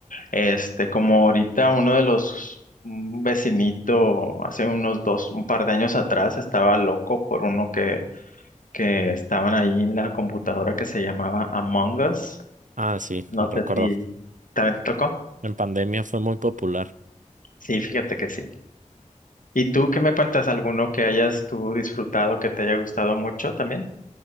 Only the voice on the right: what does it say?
Ah, sí,
lo recuerdo.
En pandemia fue muy popular.